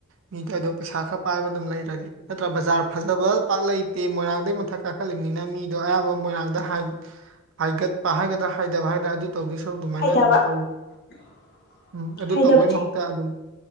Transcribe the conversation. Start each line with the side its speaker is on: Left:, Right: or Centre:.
Right: ꯃꯤꯗ ꯑꯗꯣ ꯄꯩꯁꯥ ꯈꯔ ꯄꯥꯏꯕ ꯑꯗꯨꯝ ꯂꯩꯔꯗꯤ ꯅꯠꯇ꯭ꯔꯥ ꯕꯖꯥꯔ ꯐꯖꯕ ꯄꯥꯛ ꯂꯩꯇꯦ ꯃꯣꯏꯔꯥꯡꯗꯩ ꯃꯊꯛ ꯀꯥꯈꯠꯂꯤꯝꯅꯤꯅ ꯃꯤꯗꯣ ꯑꯌꯥꯝꯕ ꯃꯣꯏꯔꯥꯡꯗ ꯍꯥꯏ ꯍꯥꯏꯒꯠꯄ ꯍꯥꯏꯒꯗ꯭ꯔꯥ ꯍꯥꯏꯗꯕ ꯍꯥꯏꯒꯗ꯭ꯔꯥ ꯑꯗꯨ ꯇꯧꯗꯣꯏ ꯁꯔꯨꯛ ꯑꯗꯨꯃꯥꯏꯅ
Left: ꯍꯩꯊꯕ
Right: ꯑꯗꯨꯝ ꯇꯧ
Left: <inaudible>
Right: ꯎꯝ ꯑꯗꯨ
Left: ꯍꯩꯊꯕ
Right: ꯇꯧꯕꯩ ꯃꯍꯨꯠꯇ ꯑꯗꯨꯝ